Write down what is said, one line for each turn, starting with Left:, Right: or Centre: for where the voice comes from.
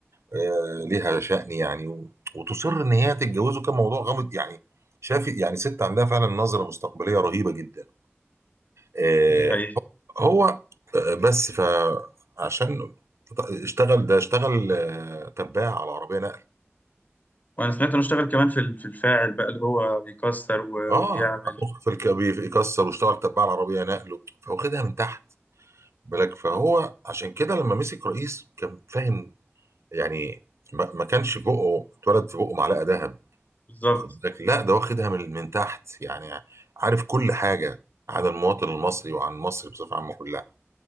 Right: آه، ليها شأن يعني و- وتصر ان هي تتجوزه كان موضوع غامض يعني شاف يعني ست عندها فعلا نظرة مستقبلية رهيبة جدا آه،
Left: دي حقيقه
Right: هو آه، بس فعشان اشتغل ده اشتغل آه، تباع على عربية نقل
Left: وانا سمعت انه اشتغل كمان في ال- في الفاعل بقى اللي هو بيكسر و-
Right: اه
Left: وبيعمل
Right: اخوه في الكبير يكسر واشتغل تباع على عربية نقل فواخدها من تحت بالك فهو عشان كده لما مسك رئيس كان فاهم يعني ما ما كانش في بقه اتولد في بقه معلقة ذهب
Left: بالظبط
Right: واخد بالك لا ده واخدها من من تحت يعني عارف كل حاجه عن المواطن المصري وعن مصر بصفه عامه كلها